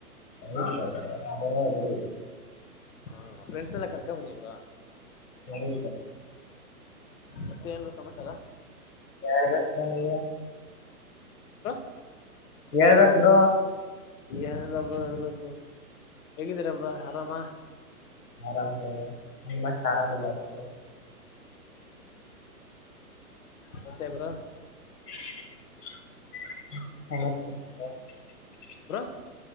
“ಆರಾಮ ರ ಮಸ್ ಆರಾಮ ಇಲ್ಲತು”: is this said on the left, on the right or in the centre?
Left